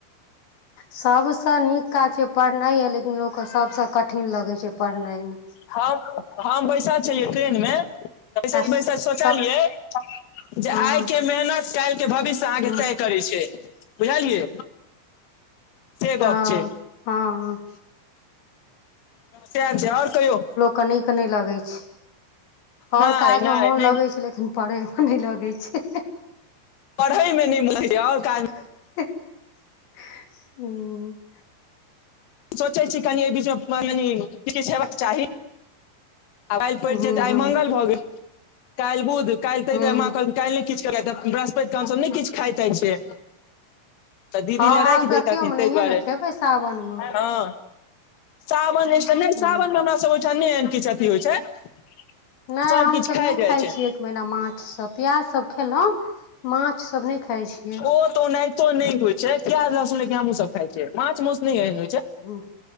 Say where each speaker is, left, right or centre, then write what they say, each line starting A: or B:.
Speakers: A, on the left; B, on the left.
A: सभसँ नीक काज छै। पढ़नाई य लेकिन लोकके सभसँ कठिन लगै छै पढ़नाईमे
B: हम हम बैसल छलियै ट्रेन मे बैसैल
A: आ
B: बैसैल सोचलियै
A: स
B: जे
A: हँ
B: आय के मेहनत काल्हि के भविष्य अहाँके
A: हूँ
B: करै छै बुझलियै से गप
A: तऽ
B: छै
A: हाँ
B: त्य छै ओर कहियो
A: कनै निक नहि लगै छै ओर
B: नहि
A: काज मे
B: नहि
A: मोन
B: नहि
A: लगै छै लेकिन पढ़ेमे नहि लगै छै
B: पढ़ै मे नहि मुन लागि ओर काज
A: <unintelligible>
B: सोचै छी कनि एहि बीचमे कनी किछ हेबाक चाही आ काल्हि पढ़ि
A: हूँ
B: जेबऽ। आइ
A: हूँ
B: मंगल भऽ गेल, काल्हि बुध। काल्हि तऽ
A: हूँ
B: कहलहुँ ने। किछ कर बृहस्पति क हमसभ नहि किछ खाइताय छियै तऽ दीदी
A: हँ
B: लए राखि
A: आब तऽ
B: दैथिन
A: अथियोमे
B: तहि
A: नहिये
B: दुआरे
A: ने खेबै सावनमे
B: हँ सावन नहि,
A: हूँ
B: सावनमे हमरा सभ ओ छै ने? नहि, किछु एते होइत छै।
A: नहि
B: सब
A: हमसभ
B: किछु
A: नहि खाइ
B: जाइ छै
A: छीयै एक महीना माछसभ प्याजसभ खेलहुॅं माछ सभ नहि खाई छियै
B: ओत नहि तो नहि होइ छै प्याज लहसुन हमू सब खाय छीयै माछ मास न एहन होइ छै
A: ह्म